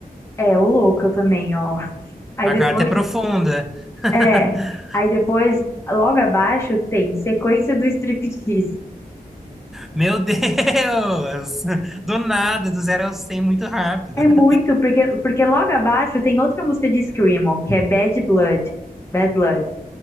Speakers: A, on the left; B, in the centre.
A: É, o louco eu também, ó. Aí
B: A
A: depois,
B: carta é profunda. <laughs>
A: é, aí depois, logo abaixo tem Sequência do Striptease.
B: Meu Deus! Do nada, do zero ao 100 muito rápido.
A: É
B: <laughs>
A: muito, porque, porque logo abaixo tem outra música de Screamo, que é Bad Blood, Bad Blood,